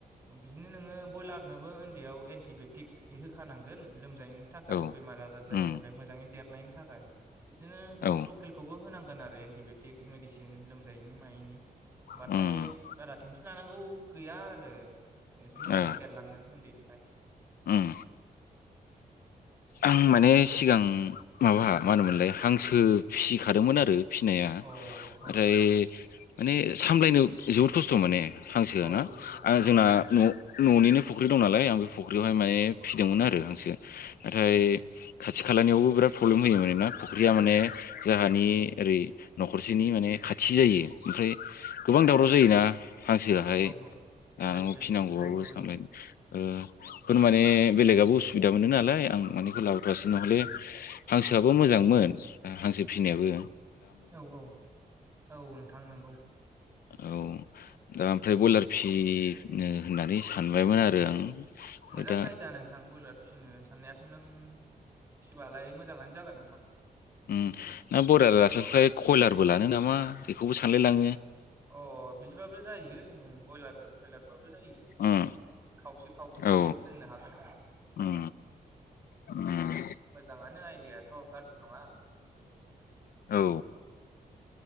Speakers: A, on the right; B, on the left.
A: ओ बिदिनो नोङो ब्रयलार। नोबो उन्दैयाव एन्टिबायटिक हो। खानांगोन लोम। जायैनि थाखाय
B: औ
A: बेमार आजार जायनि
B: उम
A: थाखाय मोजाङै देर। नायनि थाखाय बिदिनो नों
B: औ
A: लकेलखौबो होनांगौ गोन आरो एन्टिबेटिक मेडिसिन लोमजायैनि मायैनि होमबाथाय
B: उम
A: बारा टेनसन लानांगौ गैया आरो एसे मोजाङै
B: ओ
A: देरलाङो उन्दैनिफ्राय
B: उम आं माने सिगां माबा मा होनोमोनलाय हांसो फिसिखादोंमोन आरो फिसिनाया
A: अ औ औ
B: <unintelligible> माने सामलायनो जोबोद खस्थ' माने हांसोआ
A: औ
B: ना आं
A: खस्थ'थ'
B: जोंना
A: अ
B: न'‌-न'निनो फुख्रि दं नालाय आं बे फुख्रियावहाय माहाय फिसिदोंमोन आरो हांसो। नाथाय खाथि खालानियावबो बिराद प्रब्लेम होयो आरो ना फुख्रिया माने जोंहानि ओरै न'खरसेनि माने खाथि जायो ओमफ्राय। गोबां
A: औ
B: दावराव जायोना हांसोआहाय
A: औ
B: जानांगौ
A: जायो जायो
B: फिसिनांगौआबो
A: ज' ज'यैनो
B: सामलाय ओ। बे खौनो माने बेलेगआबो उसुबिदा मोनो नालाय। आं मानि इखौ लाबोथवासै खोमालै हांसोआबो मोजांमोन ओ हांसो फिसिनायाबो।
A: औ-औ औ नोंथां नोंगौ।
B: औ दा ओमफ्राय बयलार फिसि नो होननानै सानबायमोन आरो आं।
A: मोजां
B: दा
A: आयदा नोंथां ब्रयलार फिसिनो साननायाथ' नों फिसिबालाय मोजाङानो जागोन नोंथां।
B: ओम ना ब्रयलार लास्लाय स्लाय कयलारबो लानो नामा? बेखौबो सानलायलाङो।
A: अ बिदिबाबो जायो ओम ब्रयलारजों। कयलारबाबो जायो
B: उम
A: खावसे खावसे
B: औ
A: दोननो हागोन
B: उम उम
A: मोजाङानो आयदियायाथ' गाज्रि नङा।
B: औ